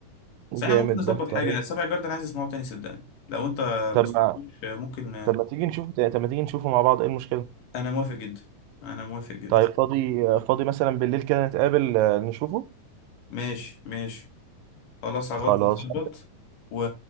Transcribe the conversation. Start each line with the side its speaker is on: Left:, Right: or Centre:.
Left: بس احنا
Right: جامد
Left: ممكن نظبط
Right: ده
Left: حاجة
Right: طب
Left: السبع جارد انا عايز اسمعه تاني صدقني لو انت
Right: طب
Left: ما سمعتوش
Right: ما
Left: ممكن
Right: طب ما تيجي نشوفه تق- طب ما تيجي نشوفه مع بعض ايه المشكله
Left: انا موافق جدا انا موافق جدا
Right: طيب فاضي فاضي مثلا بالليل كده نتقابل آه، نشوفه
Left: ماشي ماشي خلاص على
Right: خلاص
Left: الوقت نظبط و...